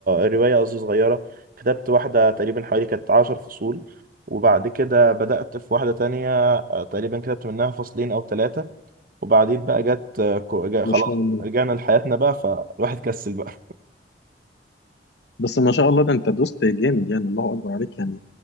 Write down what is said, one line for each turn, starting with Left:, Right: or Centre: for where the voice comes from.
Right: رواية قصدي صغيرة كتبت واحدة تقريبا حوالي كانت عشر فصول وبعد كده بدأت في واحدة تانية آه، تقريبا كتبت منها فصلين أو ثلاثة وبعدين بقى جت آه، كو- جا-
Left: ما
Right: خلاص
Left: شاء الله
Right: رجعنا لحياتنا بقى فالواحد كسل بقى
Left: بس ما شاء الله ده انت دوست جامد يعني الله اكبر عليك يعني